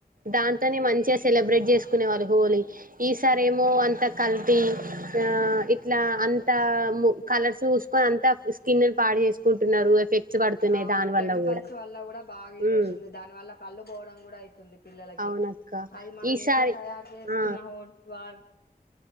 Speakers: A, on the right; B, on the left.
A: దాంతోనే మంచిగా సెలబ్రేట్ చేసుకునే వాళ్ళు హోలీ ఈసారి ఏమో అంత కల్తీ ఆ ఇట్లా అంతా కలర్స్ పూసుకొని అంత స్కిన్ ని పాడు చేసుకుంటున్నారు ఎఫెక్ట్స్ పడుతున్నాయి
B: అవును
A: దాని
B: కెమికల్స్
A: వల్ల కూడా
B: వల్ల కూడా బాగా ఇది
A: ఉమ్
B: అయితుంది దాని వల్ల కళ్ళు పోవడం కూడా అయితుంది పిల్లల కి
A: అవునక్క
B: అది మనం
A: ఈసారి
B: ఇంట్లో తయారు చేసుకున్నవి
A: ఆ
B: వా